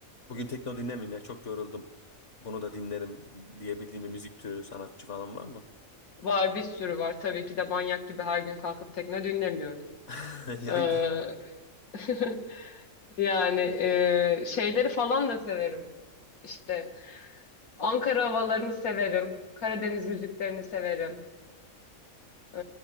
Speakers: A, on the left; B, on the left.
A: bugün tekno dinlemeyeyim ya çok yoruldum. Bunu da dinlerim diyebildiğim bir müzik türü, sanatçı falan var mı?
B: Var bir sürü var. Tabii ki de manyak gibi her gün kalkıp tekne dinlemiyorum.
A: <laughs> Yani
B: Ee,
A: ben-
B: <laughs> Yani e, şeyleri falan da severim. İşte Ankara havalarını severim. Karadeniz müziklerini severim. E,